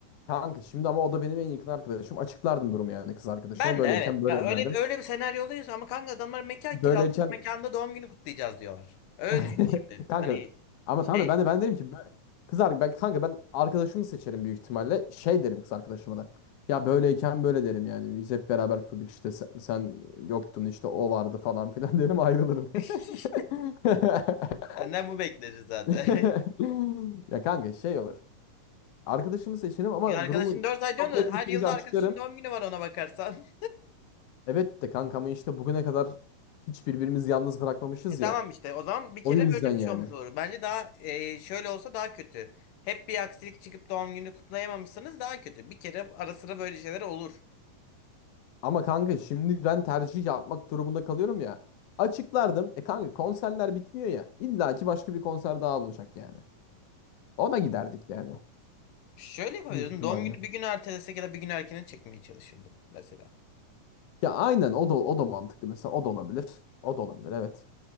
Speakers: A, on the left (about 70°); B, on the left (about 80°).
A: kanka şimdi ama o da benim en yakın arkadaşım. Açıklardım durumu yani kız arkadaşıma.
B: Ben
A: Böyleyken
B: de evet.
A: böyle
B: Ya öyle
A: derdim.
B: bir öyle bir senaryodayız ama kanka adamlar mekan
A: Böyleyken
B: kiralamış, Mekanda doğum günü kutlayacağız diyorlar. Öyle
A: <laughs>
B: düşün şimdi.
A: Kanka
B: Hani
A: ama
B: şey
A: tamam da ben de ben derim ki bö- kız ar- ben kanka ben arkadaşımı seçerim büyük ihtimalle. Şey derim kız arkadaşıma da. Ya böyleyken böyle derim yani. Biz hep beraber kurduk işte sen, sen yoktun işte o vardı falan filan <laughs> derim ayrılırım.
B: <laughs>
A: <laughs>
B: senden bu bekleriz zaten.
A: <laughs>
B: <laughs>
A: Ya kanka şey olur. Arkadaşımı seçerim ama
B: E arkadaşın
A: durumu
B: dört ay diyorsun
A: çok net
B: da her
A: bir şekilde
B: yılda
A: açıklarım.
B: arkadaşın doğum günü var ona bakarsan. <laughs>
A: Evet de kanka ama işte bugüne kadar hiç birbirimizi yalnız bırakmamışız
B: E tamam
A: ya.
B: işte o zaman bir
A: O
B: kere
A: yüzden
B: böyle
A: yani.
B: bir şey olmuş olur. Bence daha e, şöyle olsa daha kötü. Hep bir aksilik çıkıp doğum günü kutlayamamışsanız daha kötü. Bir kere ara sıra böyle şeyler olur.
A: Ama kanka şimdi ben tercih yapmak durumunda kalıyorum ya. Açıklardım. E kanka konserler bitmiyor ya. İlla ki başka bir konser daha olacak yani. Ona giderdik yani.
B: Şöyle yapabilirdim.
A: Büyük ihtimalle.
B: Doğum günü bir gün ertelesek ya da bir gün erkene çekmeye çalışırdım mesela.
A: Ya aynen o da o da mantıklı mesela o da olabilir. O da olabilir evet.